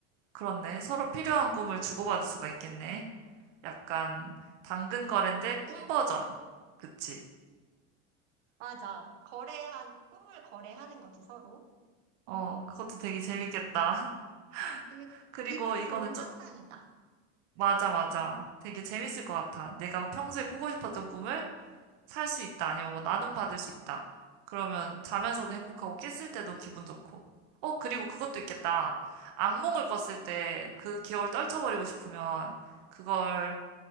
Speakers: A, on the right; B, on the right.
A: 그렇네. 서로 필요한 꿈을 주고받을 수가 있겠네. 약간 당근 거래인데 꿈 버전. 그치?
B: 맞아. 거래한 꿈을 거래하는 거지 서로.
A: 어, 그것도 되게 재밌겠다.
B: 되게
A: <laughs> 그리고
B: 기분
A: 이거는
B: 좋은
A: 좀,
B: 상상이다.
A: 맞아, 맞아. 되게 재밌을 것 같아. 내가 평소에 꾸고 싶었던 꿈을 살 수 있다. 아니면 뭐 나눔 받을 수 있다. 그러면 자면서도 행복하고 깼을 때도 기분 좋고. 어, 그리고 그것도 있겠다. 악몽을 꿨을 때 그 기억을 떨쳐버리고 싶으면 그걸